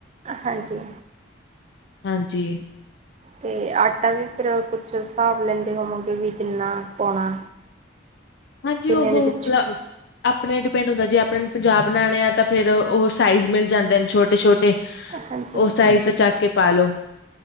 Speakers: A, on the right; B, on the left.
A: ਹਾਂਜੀ
B: ਹਾਂਜੀ।
A: ਤੇ ਅੱਠ ਤਾਂ, ਵੀ ਫਿਰ ਕੁੱਛ ਹਿਸਾਬ ਲੈਂਦੇ ਹੋਵੋਗੇ, ਕਿ ਕਿੰਨਾ ਪਾਉਣਾ
B: ਹਾਂਜੀ,
A: ਕਿੰਨੇ
B: ਉਹ
A: ਦੇ ਪਿੱਛੋਂ
B: ਆਪਣੇ ਡਿਪੈਂਡ ਹੁੰਦਾ ਜੇ, ਆਪਣੇ ਪੰਜਾਹ ਬਣਾਣੇ ਆ ਤਾਂ, ਫੇਰ ਉਹ ਸਾਈਜ਼ ਮਿਲ ਜਾਂਦੇ ਨੇ, ਛੋਟੇ-ਛੋਟੇ।
A: ਹਾਂਜੀ
B: ਉਸ ਸਾਈਜ ਦਾ ਚੱਕਕੇ ਪਾ ਲੋ,